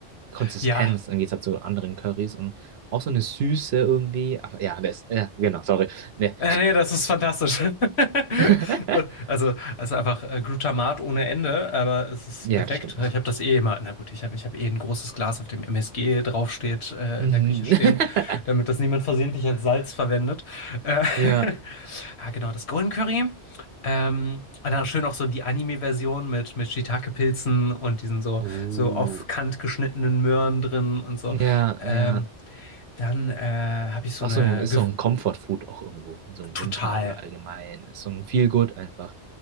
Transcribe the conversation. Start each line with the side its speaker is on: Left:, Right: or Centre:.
Right: Konsistenz
Left: ja,
Right: im Gegensatz zu anderen Currys und auch so eine Süße irgendwie. Aber ja, das, ja, genau, sorry. Nee.
Left: Äh, nee, das ist fantastisch. <laughs> Und
Right: <laughs>
Left: also, es einfach äh, Glutamat ohne Ende, aber es ist
Right: Ja,
Left: perfekt.
Right: das stimmt auch.
Left: Ich habe das eh immer. Na gut, ich habe ich hab eh ein großes Glas, auf dem MSG draufsteht, äh,
Right: Mhm.
Left: in der Küche stehen,
Right: <laughs>
Left: damit das niemand versehentlich als Salz verwendet. Äh,
Right: Ja.
Left: <laughs> ah, genau, das Golden Curry. Ähm, und dann schön auch so die Anime-Version mit, mit Shiitake-Pilzen und diesen so,
Right: Oh.
Left: so auf Kant geschnittenen Möhren drin und so.
Right: Ja, ja.
Left: Ähm, dann äh, habe ich so
Right: Auch
Left: eine
Right: so ein, ist
Left: Ge-
Right: so ein Comfort Food auch irgendwo. So im
Left: total.
Right: Winter oder allgemein. Ist so ein Feel Good einfach.